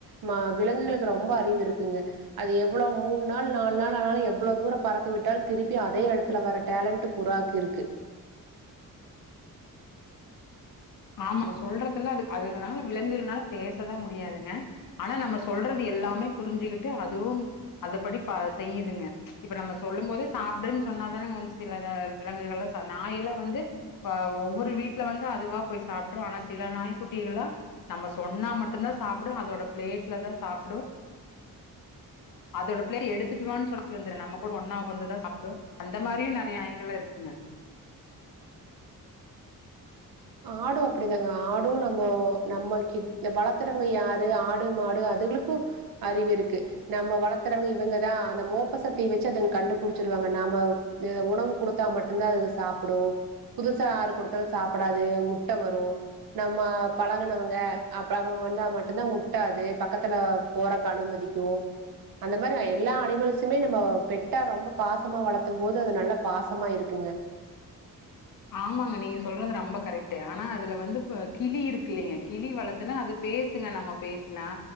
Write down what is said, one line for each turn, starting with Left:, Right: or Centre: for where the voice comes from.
Right: மா விலங்குகளுக்கு ரொம்ப அறிவு இருக்குங்க அது எவ்ளோ மூண் நாள் நால் நாள் ஆனாலு எவ்ளோ தூர பறக்க விட்டாலு திருப் பி அதே எடத்துல வர டேலண்ட் புறாக்கு இருக்கு
Left: ஆமா நம்ம சொல்றதுல அது அதுக்குனால விலங்குதுனால பேசதா முடியாதுங்க ஆனா நம்ம சொல்றது எல்லாமே புரிஞ்சுக்கிட்டு அதுவும் அத படி பா செய்யுதுங்க இப்ப நம்ம சொல்லும் போதே சாப்டுன் சொன்னாதானங்க வந்து சில விலங்குகள் எலா நாயல்லா வந்து அ ஒவ்வொரு வீட்ல வந்து அதுவா போய் சாப்ட்று ஆனா சில நாய்க்குட்டிகளா நம்ம சொன்னா மட்டுந்தா சாப்புடு அதோட பிளேட்ல தா சாப்புடு
Right: <inaudible>
Left: அதோட பிள்ளைய எடுத்துட்டுவான் சொல்லிட் வந்துரு நம்ம கூட ஒன்னா உக்காந்துதா சாப்பிடு அந்த மாரியும் நெறய நாய்ங்கலா இருக்குங்க
Right: ஆடு அப்டிதாங்க ஆடு நம்ம நம்மக்கி வளத்துறவங்க யாரு ஆடு மாடு அதுகளுக்கு அறிவு இருக்கு நம்ம வளத்துறவங்க இவங்கதா அந்த மோப்ப சத்திய வச்சு அதுங்க கண்டுபுடிச்சிருவாங்க நாம உணவு குடுத்தா மட்டு தா அதுக சாப்புடு புதுசா ஆறு குடுத்தாலு சாப் படாது முட்ட வரு நம்ம பழகனவங்க அப்பற அவங்க வந்தா மட்டுந்தா முட்டாது பக்கத்துல போறக்கு அனுமதிக்கு அந்த மாரி எல்லா அனிமல்ஸுமே நம்ம பெட்டா ரொம்ப பாசமா வளத்தும் போது அது நல்லா பாச சமா இருக்குங்க
Left: ஆமாங்க நீங்க சொல்றது ரொம்ப கரெக்ட் ஆனா அதுல வந்து கிளி இருக்கு இல்லைங்க கிளி வளர்த்துன்னா அது பேசுங்க நம்ம பேசுனா